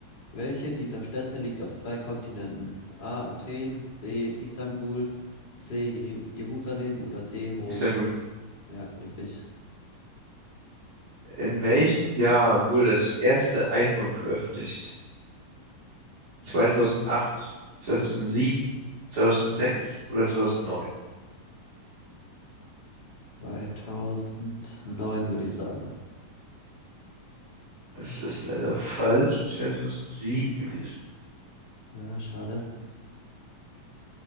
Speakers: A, on the left; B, on the right.
A: Welche dieser Städte liegt auf zwei Kontinenten? A. Athen, B. Istanbul, C. Jeru Jerusalem oder D. Rom?
B: Istanbul.
A: Ja, richtig.
B: In welchem Jahr wurde das erste iPhone veröffentlicht? 2008, 2007, 2006 oder 2009?
A: 2009 würde ich sagen.
B: Das ist leider falsch. Es wäre 2007 gewesen.
A: Ah, schade.